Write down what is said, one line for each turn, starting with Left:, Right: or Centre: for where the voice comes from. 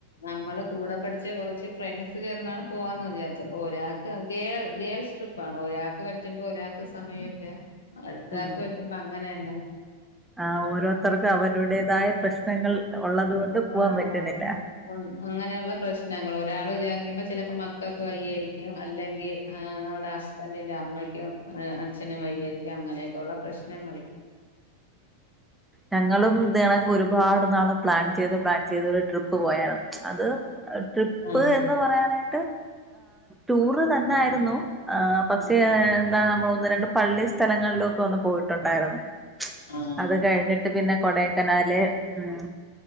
Left: നമ്മള് കൂടെ പഠിച്ച കുറച്ച് ഫ്രണ്ട്സ് ചേർന്നാണ് പോവാന്ന് വിചാരിച്ചപ്പോ ഒരാൾക്ക് ഗേ ഗേൾസ് ട്രിപ്പ ഒരാൾക്ക് പറ്റുമ്പോ ഒരാൾ സമയല്ലേ അടുത്തക്കെ
Centre: ഉം
Left: പറ്റ അങ്ങനെ എങ്ങനെ
Centre: ആ ഓരോരുത്തർക്കും അവരുടേതായ പ്രശ്നങ്ങൾ ഉള്ളത് കൊണ്ട് പൂവാൻ
Left: ആഹ്
Centre: പറ്റുണില്ലാ
Left: അങ്ങനെയുള്ള പ്രശ്നങ്ങൾ ഒരാൾ വിചാരിക്കുമ്പോ ചിലപ്പോ മക്കൾക്ക് വയ്യാ യിരിക്കും അല്ലെങ്കിആ അവിടെ ഹസ്ബൻറിന്റെ അമ്മയ്ക്കും അച്ഛനും വയ്യാ യിരിക്കും അങ്ങനെക്കെ ഉള്ള പ്രശ്നങ്ങൾ
Centre: ഞങ്ങളും
Left: ഉം
Centre: ഇതണെ ഒരുപാട് നാള് പ്ലാൻ ചെയ്ത് പ്ലാൻ ചെയ്ത് രു ട്രിപ്പ് പോയാര് ന്നു അത് അഹ് ട്രിപ്പ്
Left: ആഹ്
Centre: എന്ന് പറയാനായി ടൂറ് തന്നെ ആയിരുന്നു ആ പക്ഷേ
Left: ഉം
Centre: എന്താ നമ്മ ന്ന് രണ്ട് പള്ളി സ്ഥലങ്ങളിലൊക്കെ ഒന്ന് പോയിട്ടുണ്ടായിരുന്നു
Left: ആഹ്
Centre: അത് കഴിഞ്ഞിട്ട് പിന്നെ കൊടേക്കനാല് ഉം